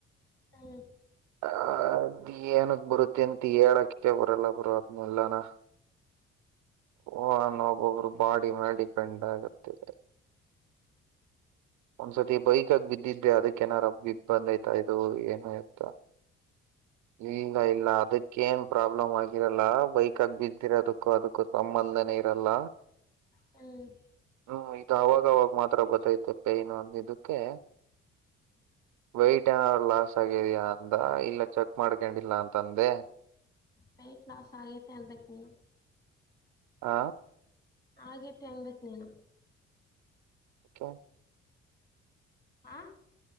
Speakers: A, on the left; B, on the right.
A: ಹ್ಮ
B: ಅ ಅ ಅದ್ ಏನಕ್ ಬರುತ್ತೆ ಅಂತ ಹೇಳಕ್ಕೆ ಬರಲ್ಲ ಬ್ರೋ ಅದ್ನೆಲ್ಲನ ಒನ್ ಒಬ್ಬೊಬ್ರು ಬಾಡಿ ಮೇಲ್ ಡಿಪೆಂಡ್ ಆಗುತ್ತೆ. ಒಂದ್ಸತಿ ಬೈಕಗ ಬಿದ್ದಿದ್ದೆ ಅದಿಕ್ಕೆನಾರ ಬಿಗ್ ಬಂದೈತ ಇದು ಏನು ಎತ್ತ ಇಲ್ಲ ಇಲ್ಲ ಅದಕ್ಕೇ ಏನ್ ಪ್ರಾಬ್ಲಮ್ ಆಗಿರಲ್ಲ ಬೈಕಾಗ್ ಬಿದ್ದಿರದುಕ್ಕು ಅದಕ್ಕೂ ಸಂಬಂಧನೇ ಇರಲ್ಲ.
A: ಹ್ಮ್
B: ಹ್ಮ್ ಇದು ಅವಾಗವಾಗ ಮಾತ್ರ ಬತ್ತೈತೆ. ಕೈ ನೋವ್ ಅಂದಿದುಕ್ಕೆ ವೈಟ್ ಏನಾದ್ರೂ ಲಾಸ್ ಆಗಿದಯ ಅಂದ ಇಲ್ಲ ಚೆಕ್ ಮಾಡ್ಕೊಂಡಿಲ್ಲ ಅಂತ ಅಂದೆ
A: ವೈಟ್ ಲಾಸ್ ಆಗೈತೆ ಅಂದಕ್ಕೆ
B: ಆ
A: ಆಗೈತೆ ಅನ್ಬೇಕ್ ನೀನು.
B: ಅ
A: ಆಾ